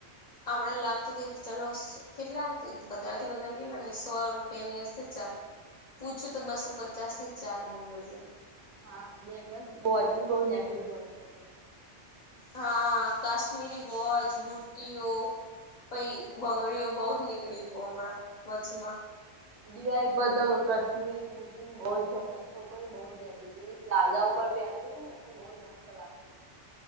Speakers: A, on the left; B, on the right.
A: આપડેને લાગતું કે ચલો કેટલા ને વધારે થી વધારે કેટલા ને સો રૂ પિયાની હશે ચાર પૂછ્યું તો બસો પચાસ ની ચાર બંગડીઓ
B: હા બેંગસ વોચ બી બવ નેકળી તી વર્ચમાં તો.
A: હા કાશ્મીરી વોચ બુટ્ટીઓ પઈ બંગડીઓ બઉ જ નીકળીયુ તું હમણાં વચમાં
B: દિવાળી પર તો કશ્મીરી બૂટી બહુ જ છે ને છોકરીઓ બહુ જ લેતી હતી પ્લાઝા ઉપર પેરતીતિ ને એટેલ તો બહુ જ મસ્ત લાગતી. હતી.